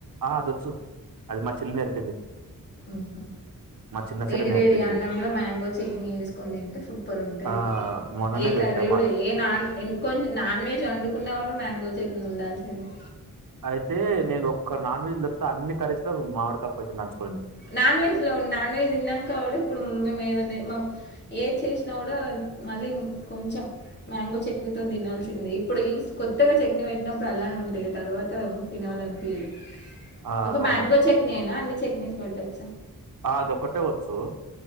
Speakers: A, on the right; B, on the left.
A: ఆ అదొచ్చు అది మా చెల్లి నేర్పింది
B: ఆఓహా
A: మా చిన్న
B: వేడి
A: చెల్లి నేర్పింది
B: వేడి అన్నంలో మ్యాంగో చట్నీ వేసుకొని తింటే సూపర్ ఉంటుంది
A: ఆ మొన్ననే
B: ఏ క కర్రీ
A: పెట్టా
B: కూడా
A: మా
B: ఏ నాన్ కొంచెం నాన్ వెజ్ వండుకున్నా కూడా మ్యాంగో చట్నీ ఉండాల్సిందే
A: అయితే నేను ఒక్క నాన్ వెెజ్ ల తప్ప అన్ని కరీస్ లో మామిడికపచ్చడి నంచు కుంటా
B: నాన్ వెెజ్ లో నాన్ వెెజ్ ఉన్నాక కా ఇప్పుడు <unintelligible> ఏది చేసినా కూడా మళ్ళీ కొంచెం మ్యాంగో చట్నీతో తినాల్సిందే ఇప్పుడు ఈ కొత్తగా చట్ని పెట్టినప్పుడు అలానే ఉంటాయి తర్వాత తినాలనిపియదు
A: ఆ!
B: ఒక
A: అవును.
B: మ్యాంగో చట్నీ ఏనా అన్ని చట్నీస్ పెట్టొచ్చ
A: ఆ అదిక్కటే వచ్చు